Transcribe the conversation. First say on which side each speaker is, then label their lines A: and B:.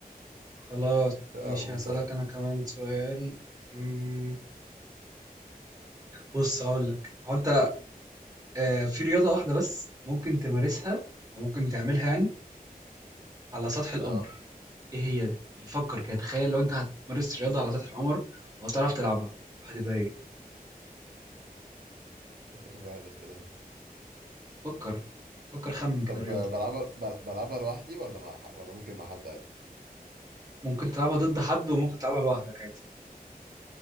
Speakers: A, on the right; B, on the right.
A: خلاص
B: اقول
A: ماشي هسألك
B: طيب
A: أنا كمان سؤال مم، بص هقول لك هو أنت آه، في رياضة واحدة بس ممكن تمارسها أو ممكن تعملها يعني على سطح القمر
B: اه
A: إيه هي ده؟ يعني فكر كده تخيل لو أنت هتمارس رياضة على سطح القمر وهتعرف تلعبها هتبقى إيه؟
B: ايه بقى الاسئله دي
A: فكر فكر خمن كده
B: طب
A: رياضة
B: آه، بلعبها بل- بلعبها لوحدي ولا مع ح- ولا ممكن مع حد عادي
A: ممكن تلعبها ضد حد وممكن تلعبها لوحدك عادي